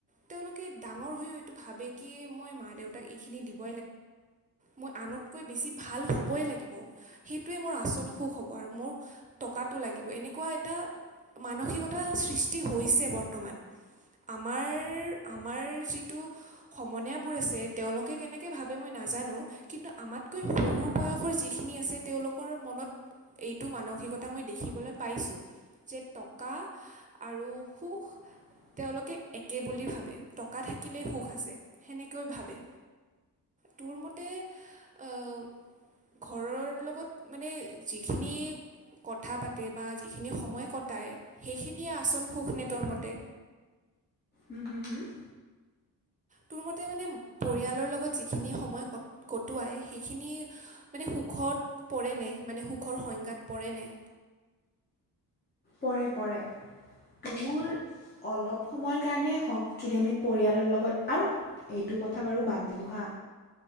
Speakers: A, on the right (about 20°); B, on the left (about 25°).
A: তেওঁলোকে ডাঙৰ হৈও এইটো ভাবে কি মই মা দেউতাক এইখিনি দিব। মই আনতকৈ বেছি ভাল হ'বই লাগিব সেইটোৱে মোৰ আচল সুখ হ'ব। আৰু মোৰ টকাাতটো লাগিব এনেকুৱা এটা মানসিকতাৰ সৃষ্টি হৈছে বৰ্তমান। বৰ্তমান। আমাৰ আমাৰ যিটো সমনীয়াাবোৰ আছে তেওঁলোকে কেনেকে ভাবে মই না। নাজানো কিন্তু আমাতকৈ সৰু বয়সৰ যিখিনি আছে তেওঁলোকৰ মনত এইটো মানসিকতা মই দেখিবলৈ পাইছোঁ যে টকা আৰু সুখ।
B: উ <unintelligible>
A: তেওঁলোকে একে বুলি ভাবে টকা থাকিলেই সুখ আছে সেনেকৈ ভাবে। তোৰ মতে আ', ঘৰৰ লগত মানে যিখিনি কথা পাতি। বা যিখিনি সময় কটায় সেইখিনিয়ে আচল সুখ নেটৰ মতে।
B: উম, হম-হম,
A: তোৰ মতে মানে পৰিয়ালৰ লগত যিখিনি সময় কটোৱাই সেইখিনি মানে সুখ সুখত পৰেনে মানে সুখৰ সংজ্ঞাত পৰেনে?
B: পৰে পৰে। তোৰ অলপ সময়ৰ কাৰণে হওক যদি আমি পৰিয়ালৰ লগত আৰু এইটো এইটো কথা বাৰু বাদ দিলোঁ হা